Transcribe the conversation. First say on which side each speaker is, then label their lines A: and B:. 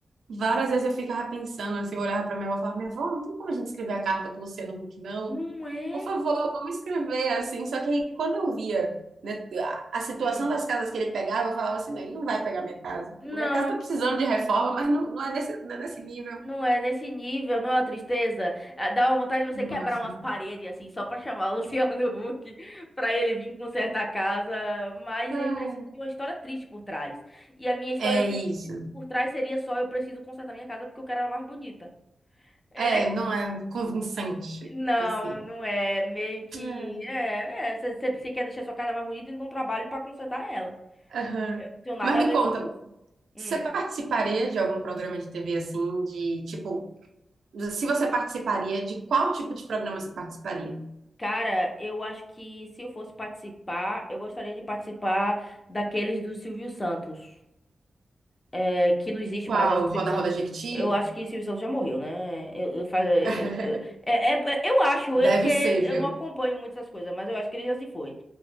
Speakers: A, on the right (about 80°); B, on the left (about 25°).
A: Várias vezes eu ficava pensando, assim, eu olhava pra minha avó e falava, minha avó, não tem como a gente escrever a carta pro Luciano Huck, não?
B: Não é?
A: Por favor, vamos escrever assim. Só que aí, quando eu via, né, a, a situação
B: Hum.
A: das casas que ele pegava, eu falava assim: não, ele não vai pegar minha casa.
B: Não,
A: Minha casa está precisando de reforma, mas não, não é nesse, não é nesse nível.
B: não é nesse nível, não é uma tristeza. Ah, Dá uma vontade de você
A: Nossa.
B: quebrar umas paredes, assim, só pra chamar o <laughs> Luciano Huck pra ele vir consertar a casa, mas
A: Ah,
B: ele precisa de uma história triste por trás. E a minha história
A: É
B: triste
A: isso.
B: por trás seria só eu preciso consertar minha casa porque eu quero ela mais bonita. É,
A: É, não é convincente,
B: Não,
A: assim.
B: não é. Meio que.
A: É.
B: É, é. Você você- você quer deixar sua casa mais bonita, então trabalhe pra consertar ela.
A: Aham.
B: Eu não tenho nada
A: Mas me
B: a ver
A: conta,
B: com isso. Hum.
A: você participaria de algum programa de TV assim, de tipo, se você participaria, de qual tipo de programa você participaria?
B: Cara, eu acho que se eu fosse participar, eu gostaria de participar daqueles do Silvio Santos. É, que não existe
A: Qual?
B: mais. Eu acho que Silvio
A: Roda
B: Santos.
A: Roda Jequiti?
B: Eu acho que Silvio Santos já morreu, né? Eu, eu, fa- eu,
A: <laughs>
B: eu- é, é- eu acho, é
A: Deve
B: porque
A: ser,
B: eu
A: viu?
B: não acompanho muito essas coisas, mas eu acho que ele já se foi.